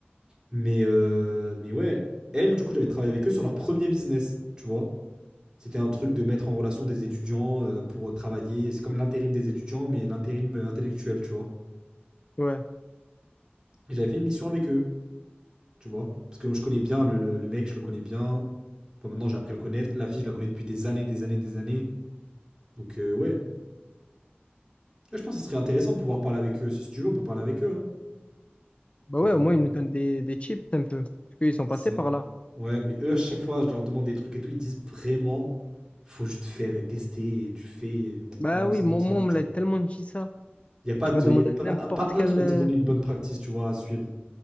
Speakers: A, on the right; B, on the left.
A: Mais, euh, mais ouais, elle, du coup, j'avais travaillé avec eux sur leur premier business, tu vois. C'était un truc de mettre en relation des étudiants euh, pour travailler. C'est comme l'intérim des étudiants, mais l'intérim euh, intellectuel, tu vois.
B: Ouais.
A: Et j'avais fait une mission avec eux, tu vois. Parce que moi, je connais bien le, le- le mec, je le connais bien. Enfin, maintenant, j'ai appris à le connaître. La fille, je la connais depuis des années, des années, des années. Donc, euh, ouais. Ouais, Je pense que ce serait intéressant de pouvoir parler avec eux. Si tu veux, on peut parler avec eux. hein.
B: Bah
A: Pour
B: ouais, au moins ils nous donnent des, des chips un peu. Parce qu'ils sont
A: C'est
B: passés par là.
A: Ouais, mais eux, à chaque fois, je leur demande des trucs et tout, ils disent vraiment, faut juste faire et tester et tu fais et
B: Bah
A: là où
B: oui,
A: ça
B: mon,
A: marche,
B: moi
A: ça marche,
B: on me
A: tu
B: l'a
A: vois.
B: tellement dit ça.
A: Il n'y a pas
B: Tu
A: de,
B: vas demander
A: y a pas,
B: à n'importe
A: pas un
B: quel.
A: qui va
B: euh,
A: te donner une bonne practice, tu vois, à suivre.